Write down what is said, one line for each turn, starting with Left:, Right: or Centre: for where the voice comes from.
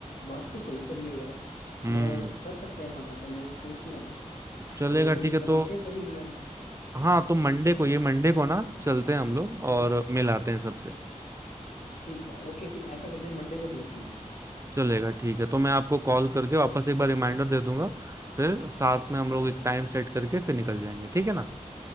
Left: बात तो सही करी है यार
Right: हम्म
Left: मैं कर सकते हैं हम ऐसा मैं ये सोच ही रहा हूँ
Right: चलेगा
Left: तो फिर
Right: ठीक है
Left: बनाते
Right: तो
Left: हैं कभी प्लान
Right: हाँ तो मंडे को ये मंडे को ना चलते हैं हम लोग
Left: हम्म
Right: और मिलाते हैं सबसे
Left: ठीक है ओके फिर ऐसा करते हैं मंडे को मिलते हैं
Right: चलेगा ठीक है तो मैं आपको कॉल करके वापस एक बार रिमाइंडर दे दूंगा फिर साथ में हम लोग एक टाइम सेट करके फिर निकल जाएंगे ठीक है ना